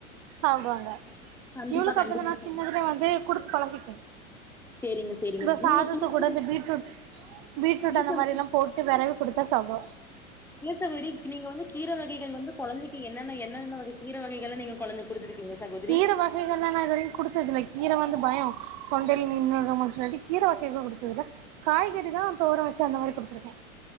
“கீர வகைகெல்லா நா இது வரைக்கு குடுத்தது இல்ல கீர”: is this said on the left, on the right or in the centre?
Right